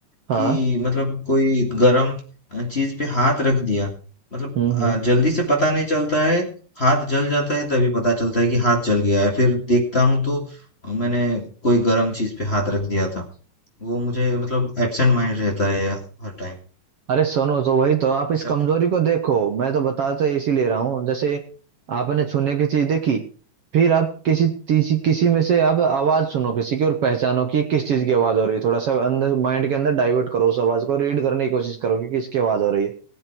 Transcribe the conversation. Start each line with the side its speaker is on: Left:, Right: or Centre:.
Right: हाँ
Left: कि मतलब कोई गरम अ, चीज पे हाथ रख दिया मतलब
Right: हम्म
Left: अ,
Right: हम्म
Left: जल्दी से पता नहीं चलता है हाथ जल जाता है तभी पता चलता है कि हाथ जल गया है फिर देखता हूँ तो अ, मैंने कोई गरम चीज पे हाथ रख दिया था वो मुझे मतलब एब्सेंट माइंड रहता है हर टाइम
Right: अरे सुनो तो वही तो आप इस
Left: ऐसा
Right: कमजोरी को देखो मैं तो बताता इसीलिए रहा हूँ जैसे आपने छूने की चीज देखी फिर आप किसी तीसी, किसी में से आप आवाज सुनो किसी की और पहचानो कि किस चीज की आवाज हो रही है थोड़ा सा अंदर माइंड के अंदर डाइवर्ट करो उस आवाज को रीड करने की कोशिश करो कि किसकी आवाज हो रही है